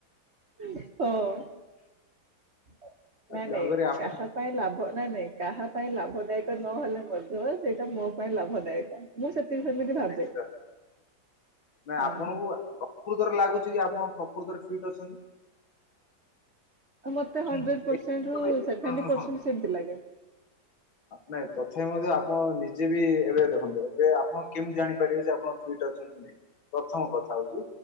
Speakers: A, on the right; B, on the left.
A: ହୁଁ। ହଁ
B: ଆଉ
A: ନାଇଁ
B: ତେଣୁକରି
A: ନାଇଁ
B: ଆପଣ
A: କାହା ପାଇଁ ଲାଭ ନାଇଁ ନାଇଁ କାହା ଲାଭଦାୟକ ନହଲେ ମଧ୍ୟ ସେଇଟା ମୋ ପାଇଁ ଲାଭଦାୟକ ମୁଁ ସେ ସେ ସେମିତି ଭାବେ।
B: ନିଶ୍ଚିତ ନା ଆପଣଙ୍କୁ
A: ହଁ
B: ପ୍ରକୃତରେ ଲାଗୁଛି କି ଆପଣ ପ୍ରକୃତରେ ଫିଟ ଅଛନ୍ତି?
A: ମତେ
B: କି?
A: ହଣ୍ଡେଡ ପରସେଣ୍ଟ ରୁ ସେଭେଣ୍ଟି
B: ହଁ ହଁ
A: ପରସେଣ୍ଟ
B: ଶୁଣ
A: ସେମତି ଲାଗେ।
B: ନାଇଁ ତଥାପି ମଧ୍ୟ ଆପଣ ନିଜେ ବି ଏବେ ଦେଖନ୍ତୁ ବ ଆପଣ କେମିତି ଜାଣିପାରିବେ ଯେ ଆପଣ ଫିଟ୍ ଅଛନ୍ତି ବୋ- ପ୍ରଥମ କଥା ହଉଛି